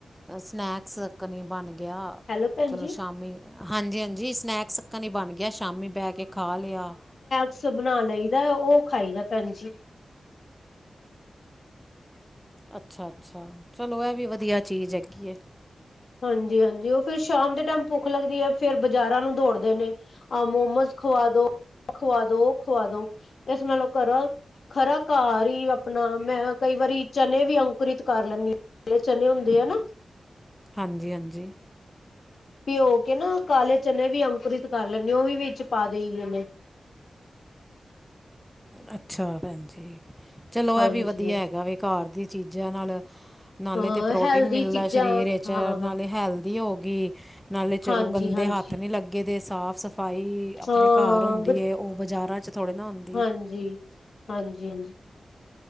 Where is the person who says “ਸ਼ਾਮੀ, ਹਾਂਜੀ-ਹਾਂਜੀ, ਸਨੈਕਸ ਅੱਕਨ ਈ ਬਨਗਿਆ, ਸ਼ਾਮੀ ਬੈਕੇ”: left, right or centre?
Centre